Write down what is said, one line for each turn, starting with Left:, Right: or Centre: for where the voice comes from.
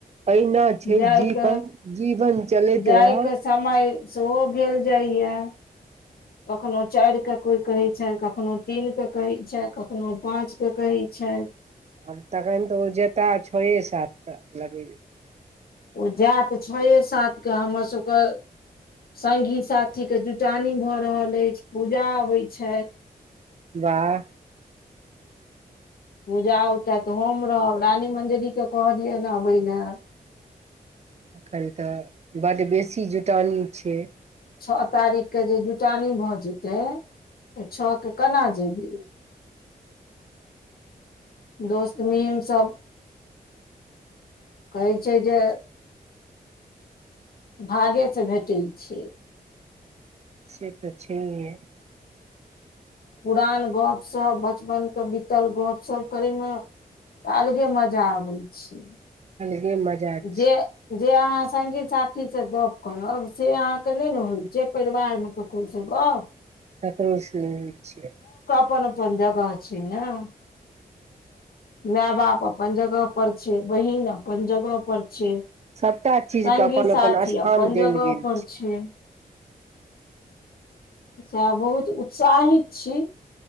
Right: अहिना छै
Left: जायक
Right: जीवन जीवन चलैत
Left: जायक
Right: रहत
Left: समय सेहो भेल जाइ य कखनो चारि के कोई कहै छै कखनो तीन के कहै छै कखनो पांच के कहै छै अच्छा
Right: आब तखन तऽ ओ जेता छ ऐ सात लागे
Left: ओ जायत छ‌ए सात कऽ हमर सभके सङ्गी साथी के जुटानी भऽ रहल अछि पूजा अबै छथि
Right: वाह
Left: पूजा उठा तऽ हम रहब रानी मंजू दि के कहलियै ने अबै ने
Right: एखन तऽ बड बेसी जुटानी छै
Left: छ तारीख के जे जुटानी भऽ जेतै तऽ छ के केना जेबे दोस्त मीम सभ कहै छै जे भागे सँ भेटै छियै
Right: से तऽ छै हे
Left: पुरान गप्प सप बचपन के बीतल गपसप करयमे तऽ अलगे मज़ा आबै छै
Right: अलगे मज़ा छै
Left: जे जे अहाँ संगी साथी से गप्प करब से अहाँ के नै न होइ छै परिवारमे अहांके केकरो से गप्प हँ
Right: ककरो सल नै छ
Left: अपन अपन जगह छै न माए बाप अपन्न जगह पर छै बहिन अपन्न जगह पर छै
Right: सभटा चीजके
Left: संगी
Right: अपन
Left: साथी
Right: अपन स्थान
Left: अपन
Right: देल
Left: जगह
Right: गेल
Left: पर छै से बहुत उत्साहित छी